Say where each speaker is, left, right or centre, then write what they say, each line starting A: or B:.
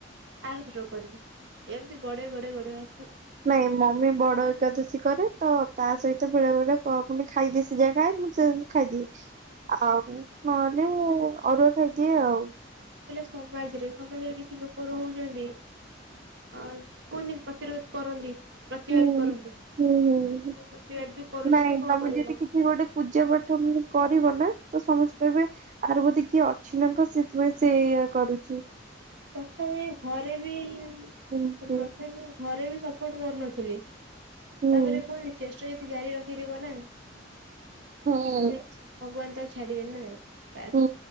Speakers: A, on the right; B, on the right.
A: ଆରଥର କରିବି। ଏମିତି ଗୋଡ଼େଇ ଗୋଡ଼େଇ ଗୋଡ଼େଇ
B: ନାଇଁ ମମି ବଡ଼ ଏକାଦଶୀ କରେ ତ ତା ସହିତ ବେଳେବେଳେ ତ ପୁଣି ଖାଇଦିଏ ସିଯା ଖାଏ ମୁଁ ସେ ଖାଇଦିଏ ଆଉ ନହେଲେ ଅରୁଆ ଖାଇଦିଏ ଆଉ।
A: ସମାଜରେ ସମାଜରେ କିଛି ଲୋକ ରହୁଛନ୍ତି। ଅ କୁନି ପ୍ରତିରୋଧ କରନ୍ତି ପ୍ରତିିବାଧ
B: ହୁଁ
A: କରନ୍ତି।
B: ହୁଁ ହୁଁ
A: ସେ ପ୍ରତିବାଦ ବି କରୁଛନ୍ତି
B: ନାଇଁ
A: କଣ
B: ତମେ
A: କରିବ
B: ଯଦି କିଛି ଗୋଟେ ପୂଜା ପାଠ କରିବ ନା ତ ସମସ୍ତେ କହିବେ ଆର ବୋଧେ କିଏ ଅଛି ନା କଣ ସେଥିପାଇଁ ସେ ଏୟା କରୁଚି।
A: ପ୍ରଥମେ ଘରେ ବି ସପୋର୍ଟ
B: ଏମିତି
A: ଘରେ ବି ସପୋର୍ଟ କରୁନଥିଲି
B: ହୁଁ।
A: ତାପରେ କୁହନି ଚେଷ୍ଟ ଯଦି ଜାରି ରଖିଥିବ ନା କିଛି
B: ହୁଁ।
A: ନାହିଁ ଭଗବାନ ତାକୁ ଛାଡିବେନି ନା ବାସ୍
B: ହୁଁ